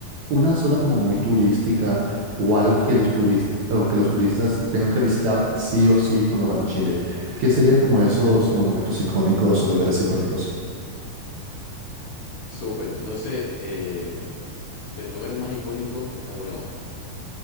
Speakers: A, on the right; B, on the left.
A: una zona como muy turística o algo que los turistas o que los turistas tengan que visitar sí o sí cuando van a Chile? ¿Qué sería como esos monumentos icónicos o lugares icónicos?
B: Súper, entonces, eh, de los lugares más icónicos está, bueno,